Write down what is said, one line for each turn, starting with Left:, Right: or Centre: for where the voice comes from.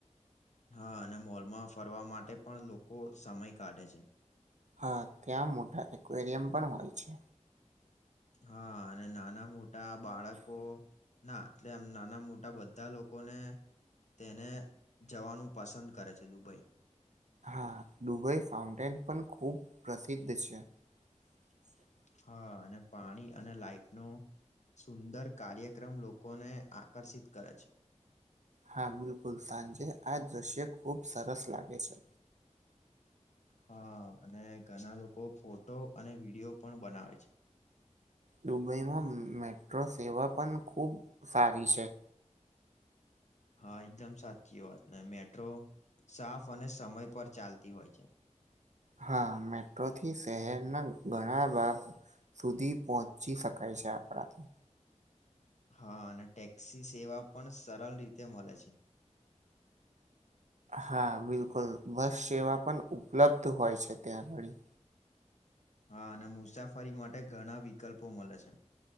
Left: હા, અને મોલમાં ફરવા માટે પણ લોકો સમય કાઢે છે.
Right: હા, ત્યાં મોટા એકવેરિયમ પણ હોય છે.
Left: હા, અને નાના મોટા બાળકો ના એટલે એમ નાના મોટા બધા લોકોને તેને જવાનું પસંદ કરે છે, દુબઈ
Right: હા ડુબઈ ફાઉન્ટેન પણ ખુબ પ્રસિદ્ધ છે, <inaudible>
Left: હા, અને પાણી અને લાાઈટ નુ સુંદર કાર્યક્રમ લોકોને આકર્ષિત કરે છે,
Right: હા, બિલકુલ સાંજે આ દૃશ્ય ખૂબ સરસ લાગે છે,
Left: હા, અને ઘણા લોકો ફોટો અને વિડીયો પણ બનાવે છે.
Right: દુબઈમાં મેટ્રો સેવા પણ ખૂબ સારી છે,
Left: હા, એકદમ સાચી વાત ને મેટ્રો સાફ અને સમય પર ચાલતી હોય છે,
Right: હા, મેટ્રોથી શહેરના ઘણા ભાગ સુધી પહોંચી શકાય છે, આપણાથી
Left: હા, અને ટેક્સી સેવા પણ સરળ રીતે મળે છે.
Right: હા બિલકુલ બસ સેવા પણ ઉપલબ્ધ હોય છે, ત્યાં આગળી
Left: હા અને મુસાફરી માટે ઘણા વિકલ્પો મળે છે